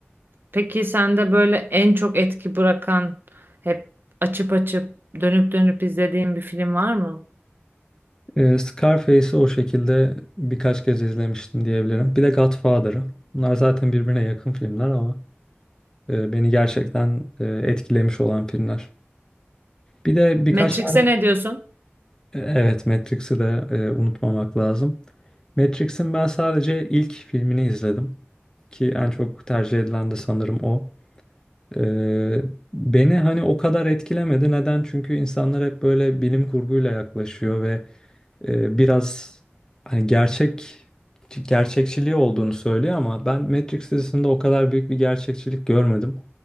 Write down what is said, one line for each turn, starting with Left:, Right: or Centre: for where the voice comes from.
Right: Peki sende böyle en çok etki bırakan hep açıp açıp dönüp dönüp izlediğin bir film var mı?
Left: E, Scarface'i o şekilde birkaç kez izlemiştim diyebilirim. Bir de Godfather'ı. Bunlar zaten birbirine yakın filmler ama E, beni gerçekten e, etkilemiş olan filmler. Bir de birkaç
Right: Matrix'e
Left: tane
Right: ne diyorsun?
Left: e, evet Matrix'i de e, unutmamak lazım. Matrix'in ben sadece ilk filmini izledim ki en çok tercih edilen de sanırım o. E, beni hani o kadar etkilemedi. Neden? Çünkü insanlar hep böyle bilim kurguyla yaklaşıyor ve e, biraz hani gerçek gerçekçiliği olduğunu söylüyor ama ben Matrix dizisinde o kadar büyük bir gerçekçilik görmedim.